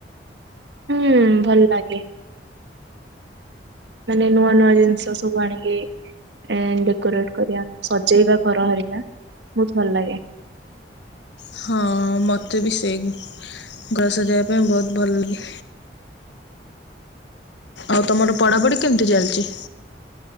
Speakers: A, on the right; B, on the left.
A: ହୁଁ ଭଲ ଲାଗେ। ମାନେ ନୂଆ ନୂଆ ଜିନିଷ ସବୁ ଆଣିକି ଏଁ ଡେକୋରେଟ୍ କରିଆ ସଜେଇବା ଘର ହରିକା ବହୁତ ଭଲ ଲାଗେ।
B: ହଁ ମତେ ବି ସେଇ ଘର ସଜାଇବା ପାଇଁ ବହୁତ ଭଲ ଲାଗେ। ଆଉ ତମର ପଢାପଢି କେମତି ଚାଲଚି।